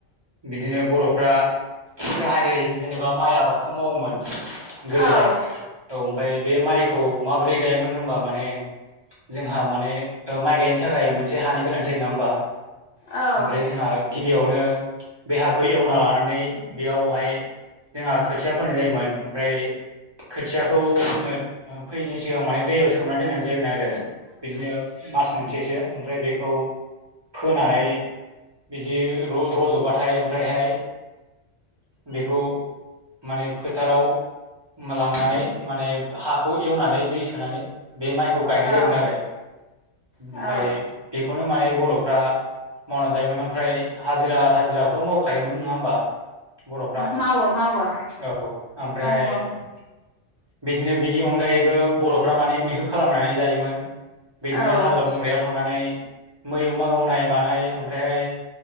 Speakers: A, on the right; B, on the left.
A: बिदिनो बर'फ्रा गाहायै जेनेबा माइ आबादखौ मावोमोन गोदोहाय
B: औ
A: औ ओमफ्राय बे माइखौ माबोरै गायोमोन होमबा माने जोंहा माने ओ माइ गायनो थाखाय मोनसे हानि गोनांथि जायो नङा होमबा
B: औ
A: ओमफ्राय जोंहा गिबियावनो बे हाखौ एवना लानानै बेयावहाय जोंहा खोथिया फोनाय जायोमोन ओमफ्राय खोथियाखौ जोङो ओ फोयैनि सिगां माने दैयाव सोमना दोननाय जायोमोन आरो बिदिनो मास मोनसेसो ओमफ्राय बेखौ फोनानै बिदि र-रज'बाथाय ओमफ्रायहाय बेखौ माने फोथाराव लांनानै माने हाखौ एवनानै दै सोनानै बे माइखौ गायनाय
B: औ
A: जायोमोन आरो ओमफाय
B: औ औ
A: बेखौनो माने बर'फ्रा मावना जा जायोमोन ओमफ्राय हाजिरा थाजिराखौथ' मावखायोमोन नङा होमबा बर'फ्रा
B: मावो मावो
A: औ ओमफ्रायहाय
B: मावो औ
A: बिदिनो बिनि अनगायैबो बर'फ्रा माने मैहुर खालामनानै जायोमोन बिदिनो
B: औ
A: हाग्रा बंग्रायाव थांनानै मै अमा गावनाय मानाय ओमफ्रायहाय